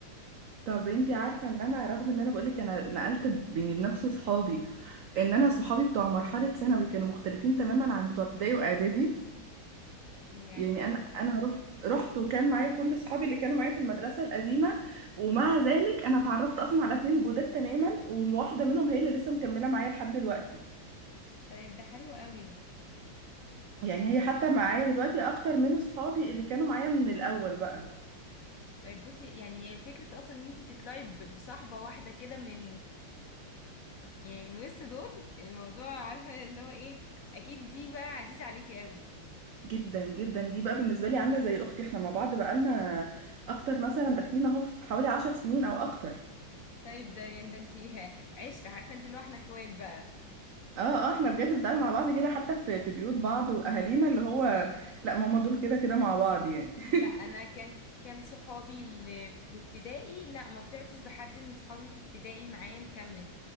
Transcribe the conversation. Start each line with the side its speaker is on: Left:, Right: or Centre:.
Right: طب انتي عارفة ان انا رغم ان انا بقولك انا نقلت ب- يعني بنفس صحابي ان انا صحابي بتوع مرحلة ثانوي كانوا مختلفين تماما عن بتوع ابتدائي واعدادي
Left: يعني
Right: يعني انا انا رحت رحت وكان معايا كل صحابي اللي كانوا معايا في المدرسة القديمة ومع ذلك انا اتعرفت اصلا على اتنين جداد تماما وواحدة منهم هي اللي لسه مكملة معايا لحد دلوقتي
Left: طيب ده حلو قوي
Right: يعني هي حتى معايا دلوقتي اكتر من صحابي اللي كانوا معايا من الاول بقى
Left: طيب بصي يعني فكرة أصلا إن أنتي تطلعي ب- بصاحبة واحدة كده من يعني من وسط دول الموضوع عارفة اللي هو ايه اكيد دي بقى عزيزة عليكي قوي
Right: جدا جدا دي بقى بالنسبه لي عامله زي اختي احنا مع بعض بقالنا اكتر مثلا داخلين اهو في حوالي عشر سنين او اكتر
Left: طيب ده يعني ده انتي <laughs> عشرة عارفة انتي اللي هو احنا اخوات بقى
Right: اه اه احنا بجد بنتعامل مع بعض كده حتى في
Left: <laughs>
Right: في بيوت بعض واهالينا اللي هو لا ماما دول كده كده مع بعض يعني <laughs>
Left: لا انا كان كان صحابي اللي في ابتدائي لا ما طلعتش بحد من صحابي في ابتدائي معايا مكمل